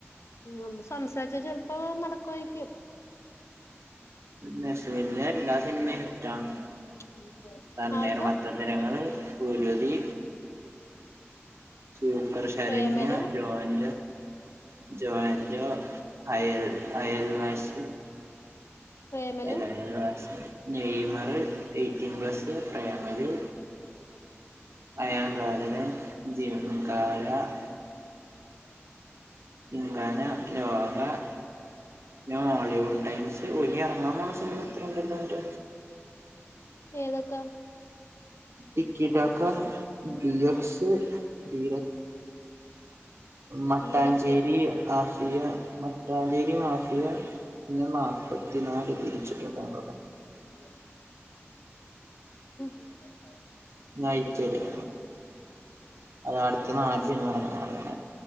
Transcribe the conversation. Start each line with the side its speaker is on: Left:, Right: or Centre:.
Left: ഉ സംസാരിച്ച ചിലപ്പോ നടക്കുവയിരിക്കും.
Right: നസലിന്റെ എല്ലാ സിനിമയും ഇഷ്‌ടാണ്.
Left: <unintelligible>
Right: തണ്ണിമത്തൻ
Left: ആര്ടെ
Right: ദിനങ്ങൾ കുരുതി സൂപ്പർ ശരണ്യ
Left: പ്രേമലു
Right: ജോൻോ ജോന്റോ Ayal Ayal Vaashi
Left: Premalu
Right: Ayal Vaashi Neymar eighteen plus Premalu <unintelligible>
Left: <unintelligible>
Right: <unintelligible> Hollywood times ഒലി ഇറങ്ങാൻ പോണ സിനിമ ഇത്രണ്ടണ്ട്.
Left: ഏതൊക്കെ?
Right: ടിക്കിജോക്കോ ഡി എക്സ് ഡി മട്ടാഞ്ചേരി
Left: ഈ ലക്സോ
Right: ആഫിയ മട്ടാഞ്ചേരി മാഫിയ. ഞാ നാല്പ്പത്തിനാല് തിരിച്ചിട്ട് തന്നതാണ്.
Left: റായിസാന <unintelligible> <unintelligible>
Right: നയിറ്റ് വര അത അടുത്ത നാല് സിനിഇറഞ്ഞ <unintelligible>